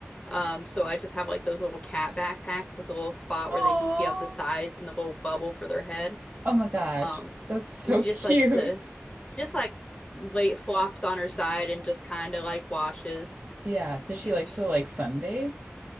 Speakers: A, on the left; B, on the right.
A: Um, so I just have like those little cat backpacks with a little spot
B: Oh.
A: where they can see out the sides and the little bubble for their head.
B: Oh my gosh.
A: Um,
B: That's so
A: and she
B: <laughs> cute.
A: just likes to, she just like lay flops on her side and just kind of like watches.
B: Yeah. Does
A: She's,
B: she like
A: she,
B: to like sunbathe?